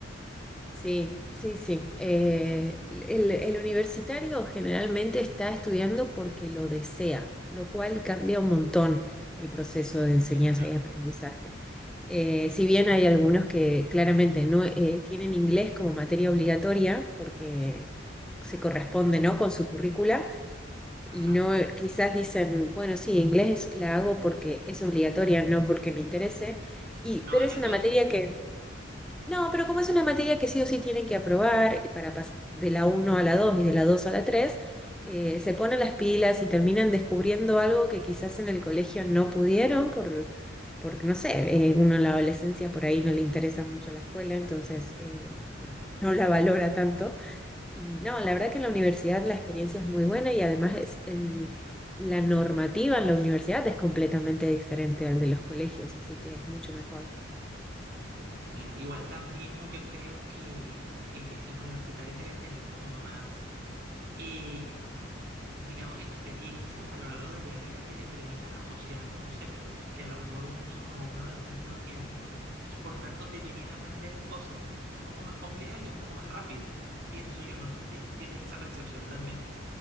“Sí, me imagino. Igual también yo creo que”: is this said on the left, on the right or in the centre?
Right